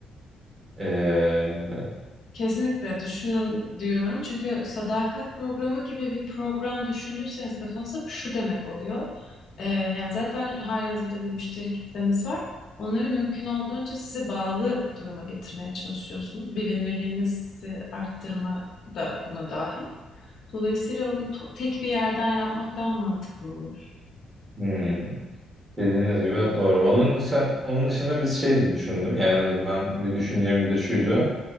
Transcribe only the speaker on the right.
yönelilebilir.
Hmm, dediğiniz gibi doğru. Onun dışında, onun dışında biz şey de düşündük. Yani en azından bir düşüncemiz de şuydu.